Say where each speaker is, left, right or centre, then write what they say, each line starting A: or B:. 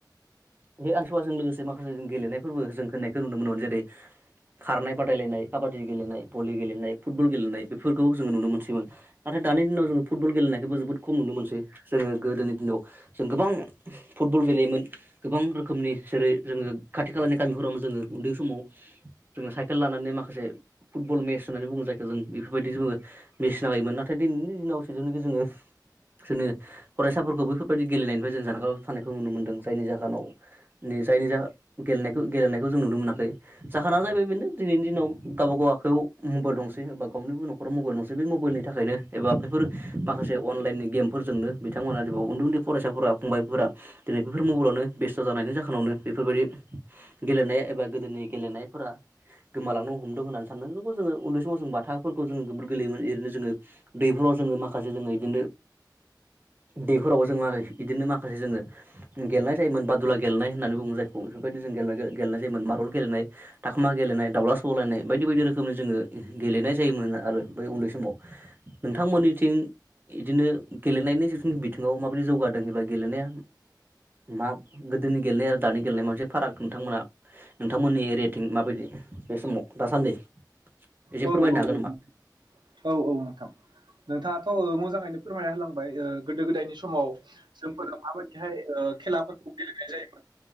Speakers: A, on the right; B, on the right.
A: बे आनसुवाजों लोगोस जे माखासे जों गेलेनायफोरबो जों होन्नायखौ नुनो मोनोमोन जेरै खारनाय बादायलायनाय खाबाद दि गेलेनाय भलि गेले फुटबल गेलेनाय बे फोर जोङो नुनो मोनसैमोन नाथाइ दानि दिनाव जोङो फुटबल गेलेनाय जोबो जोबोद खम नुनो मोनसै । जोङो गोदोनि दिनाव जों गोबां फुटबल गेलेयोमोन गोबां रोखोमनि जेरै जोङो खाथि खालानि गामिफोरावनो जोङो उन्दै समाव जोङो साइकेल लानानै माखासे फुटबल मेस होननानै बुङो जायखौ जों बेफोरबायदि जोङो <unintelligible> नाथाय दिनैनि दिनाव सेजौनिखि जोङो जोंनि फरायसाफोरखौ बेैफोरबायदि गेलेनायनिफ्राय जों जानगाराव थानायखौ नुनो मोनदों जायनि जाहोनाव जायनि गेलेनायखौ गेलेनायखौ जों नुनो मोनाखै जाहोना जाहैबाय बेनो दिनैनि दिनाव गावबा गाव खौ मबाइल दंसै एबा गावनिबो न'खराव मबाइल दंसै बे मबाइलनि थाखायनो एबा बेफोर माखासे अनलाइननि गेमफोर <unintelligible> बिथांमोना उन्दै उन्दै फरायसाफोरा फंबायफोरा दिनै बेफोर मबाइलावनो बेस्थ' जानायनि जाहोनावनो बेफोरबायदि गेलेनाय एबा गोदोनि गेलेनायफोरा गोमालांनो हमदों होननानै साननो नोंगौ जोङो उन्दै समाव जों बाथाफोरखौ जोङो जोबोर गेलेयोमोन रैनो जोङो । दैफोराव जोङो माखासे जोङो इदिनो दैफोरावबो जों <unintelligible> बिदिनो नो माखासे जोङो गेलेनाय जायोमोन बादुला गेलनाय होनानै बुङो जायखौ बेफोरबायदि जों गेलेनाय गेलेनाय जायोमोन मारबल गेलेनाय थाखोमा गेलेनाय दाउला सौलायनाय बायदि बायदि रोखोमनि जोङो गेलेनाय जायोमोन आरो बै उन्दै समाव नोंथांमोननिथिं इदिनो गेलेनायनि जि बिथिङाव माबायदि जौगादों एबा गेलेनाया मा गोदोनि गेलेनाय आरो दानि गेलेनाय मोनसे फाराग नोंथांमोना नोंथांमोननि एरियाटिं माबायदि बे समाव दासान्दि एसे
B: औ औ
A: फोरमायनो हागोन
B: औ
A: नामा?
B: औ औ नोंथां नोंथाङाथ' ओ मोजाङैनो फोरमायना होलांबाय ओ गोदो गोदायनि स समाव जोंफोरा माबायदिहाय ओ खेलाफोरखौ गेलेनाय जायोमोन